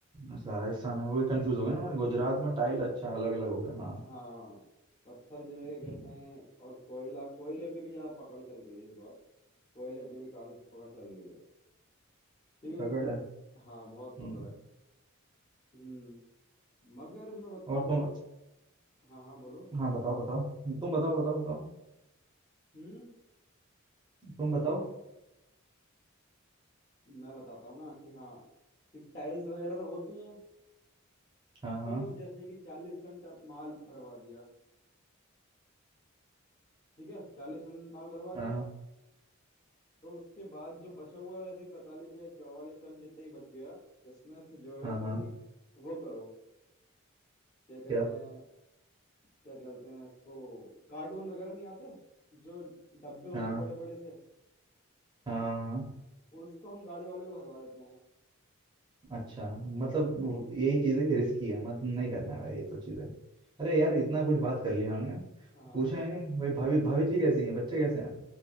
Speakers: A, on the right (about 20°); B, on the left (about 30°).
A: अच्छा राजस्थान है वही कंफ्यूज हो गया ना मैं गुजरात में टाइल अच्छा अलग अलग हो गया हाँ
B: हाँ पत्थर जो है क्या
A: हम्म,
B: कहते हैं और कोयला कोयले पे भी ज्यादा पकड़ चल रही है इस बार कोयले पे भी काफी पकड़ चल रही है ठीक है
A: तगड़ है
B: हाँ बहुत पकड़
A: हम्म,
B: है हम्म मगर मैं बताऊं
A: और तुम
B: हाँ हाँ बोलो
A: हाँ बताओ बताओ तुम बताओ बताओ बताओ
B: हम्म
A: तुम बताओ
B: मैं बताता हूँ ना कि हाँ कि टाइल्स वगैरह तो होती हैं
A: हाँ हाँ
B: तो जैसे कि चालीस टन ट- माल भरवा दिया ठीक है चालीस टन माल भरवा
A: हाँ
B: दिया
A: हाँ
B: तो उसके बाद जो बचा हुआ वैसे ही पैंतालीस या चौवालीस टन जितना ही बच गया इसमें से जो है
A: हाँ
B: तुम
A: हाँ
B: वो करो क्या कहते
A: क्या
B: हैं क्या कहते हैं इसको कार्टून वगैरह नहीं आते जो डब्बे होते
A: हाँ
B: हैं
A: हाँ
B: बड़े बड़े से
A: हाँ हाँ, हाँ।
B: उसको हम गाड़ी वाले को भरवा देते हैं
A: अच्छा मतलब वो- यही चीज है कि रिस्की है मतलब नहीं करना है भाई ये तो चीजें अरे यार इतना कुछ बात कर लिया हमने
B: हाँ हाँ
A: पूछा ही नहीं भाई भाभी भाभी जी कैसी हैं बच्चे कैसे हैं